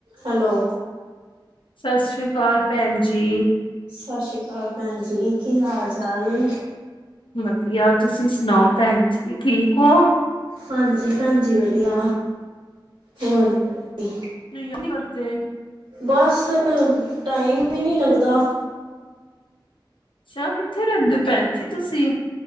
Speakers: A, on the right; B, on the left.
A: Hello
B: ਸਤਿ ਸ੍ਰੀ ਅਕਾਲ ਭੈਣ ਜੀ
A: ਸਤਿ ਸ੍ਰੀ ਅਕਾਲ ਭੈਣ ਜ ਕੀ ਹਾਲ ਚਾਲ
B: ਵਧੀਆ ਤੁਸੀਂ ਸੁਣਾਓ ਭੈਣ ਜੀ ਠੀਕ ਹੋ
A: ਹਾਂਜੀ ਭੈਣ ਜੀ ਵਧੀਆ ਹੋਰ ਕੀ
B: ਨਹੀਓ ਕਰਦੇ
A: ਬਸ ਟਾਈਮ ਹੀ ਨਹੀਂ ਲੱਗਦਾ।
B: ਅੱਛਾ ਕਿੱਥੇ ਰਹਿੰਦੇ ਹੋ ਭੈਣ ਜੀ ਤੁਸੀਂ।